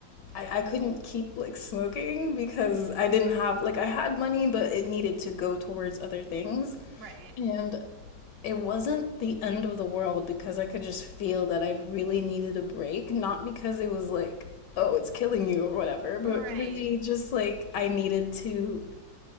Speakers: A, on the left (about 75°); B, on the right (about 45°).
A: I, I couldn't keep like smoking because
B: hmm
A: I didn't have like I had money, but it needed to go towards other things.
B: Right.
A: And it wasn't the end of the world because I could just feel that I really needed a break, not because it was like, oh, it's killing you or whatever, but
B: Right.
A: really just like I needed to